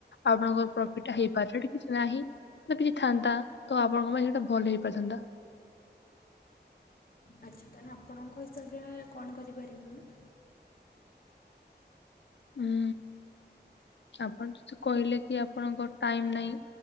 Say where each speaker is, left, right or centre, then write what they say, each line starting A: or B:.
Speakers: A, on the left (about 80°); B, on the left (about 55°).
A: ଆପଣଙ୍କ ପ୍ରଫିଟ ଟା ହେଇପାରନ୍ତା ସେ କିଛି ନାହିଁ ତ କିଛି ଥାନ୍ତା ତ ଆପଣଙ୍କ ପାଇଁ ସେଇଟା ଭଲ ହେଇପାରିଥାନ୍ତା।
B: ଆଚ୍ଛା ତାହେଲେ ଆପଣଙ୍କ ହିସାବରେ କଣ କରିପାରିବି ମୁଁ?
A: ହୁଁ ଆପଣ ତ କହିଲେ କି ଆପଣଙ୍କ ଟାଇମ ନାହିଁ।